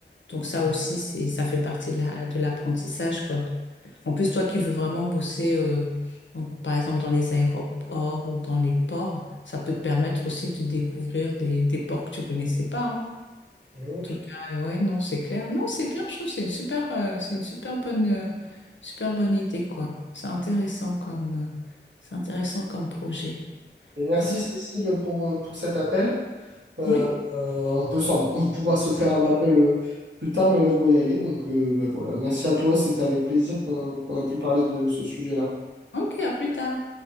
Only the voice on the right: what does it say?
Et oui,
tout-
et merci,
Cécile, pour, euh, pour cet appel. Euh,
euh, on peut s'en- on pourra se faire un appel euh, plus tard, mais là, je dois y aller. Donc, euh, bah, voilà. Merci à toi. C'était avec plaisir qu'on qu'on a pu parler de ce sujet-là.